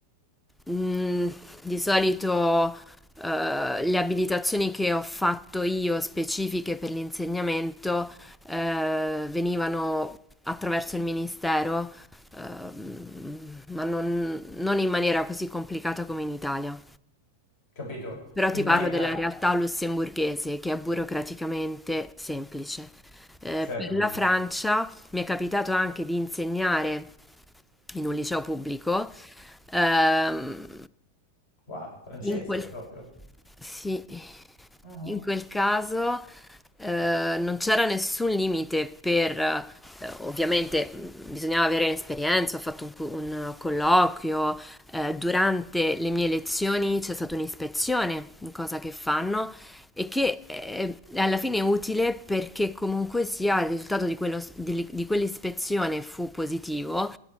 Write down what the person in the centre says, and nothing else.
Mm, di solito eh, le abilitazioni che ho fatto io specifiche per l'insegnamento eh, venivano attraverso il ministero, ehm, ma non, non in maniera così complicata come in Italia.
Però
ti parlo
della realtà lussemburghese, che è burocraticamente semplice. Eh,
per
la Francia mi è capitato anche di insegnare in un liceo pubblico. Ehm,
in quel,
sì,
in quel caso eh, non c'era nessun limite per, eh, ovviamente mh, bisognava avere l'esperienza, ho fatto un, cu- un colloquio, eh, durante le mie lezioni c'è stata un'ispezione, cosa che fanno e che eh, è alla fine è utile perché comunque sia il risultato di, quello- di- di quell'ispezione fu positivo